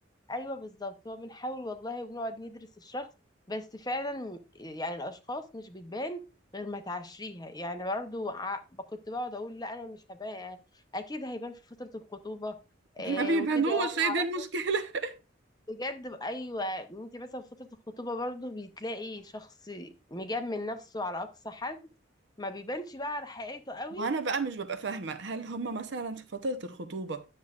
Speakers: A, on the left; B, on the right.
A: ايوه بالظبط هو بنحاول والله وبنقعد ندرس الشخص بس فعلا يعني الاشخاص مش بتبان غير ما تعشريها يعني برضو ع- كنت بقعد اقول لا انا مش هبان اكيد هيبان في فترة الخطوبة
B: <laughs>
A: آه،
B: ما بيبانوش
A: وكده يعني
B: هي
A: عرفت
B: دي المشكله <laughs>
A: بجد ايوه انت مثلا في فترة الخطوبة برضو بتلاقي شخص مجمل نفسه على اقصى حد ما بيبانش بقى على حقيقته قوي
B: وانا بقى مش ببقى فاهمه هل هم مثلا في فتره الخطوبه